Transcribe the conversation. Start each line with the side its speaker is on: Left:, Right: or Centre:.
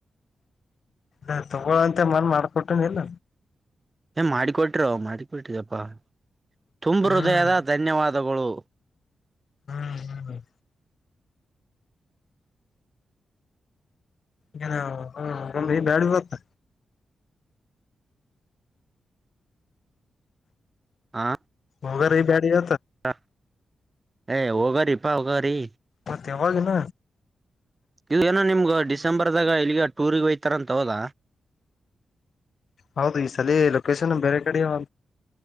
Left: ಅ ತಗೊಳಂತೆ ಮನ್ ಮಾಡ್ಕೊಟನ ಇಲ್ಲ
Right: ಏ ಮಾಡಿಕೊಟ್ರೋ ಮಾಡಿಕೊಟ್ರಿದಪ್ಪಾ ತುಂಬ
Left: ಹ್ಮ್
Right: ಹೃದಯದ ಧನ್ಯವಾದಗಳು
Left: ಹ್ಮ್ ಹ್ಮ್ ಹ್ಮ್ ಹ ಒ ಬ್ಯಾಡ ಬರುತ್ತ
Right: ಹಾ
Left: ಹಗ ರ ಈ ಬ್ಯಾಡಿಯ
Right: ಹ ಏ ಹೋಗರಿಪ್ಪಾ ಹೋಗರಿ
Left: ಮತ್ತೆ ಯಾವಾಗನ
Right: ಇ ಏನೋ ನಿಮ್ಗ ಡಿಸೆಂಬರ್ದಾಗ ಇಲ್ಲಿಗೆ ಟೂರ್ಗ್ ಒಯ್ತಾರ ಅಂತ ಹೋದ
Left: ಹೌದು ಈ ಸಲ ಲೊಕೇಶನ್ ಬೇರೆ ಕಡೆೆಯ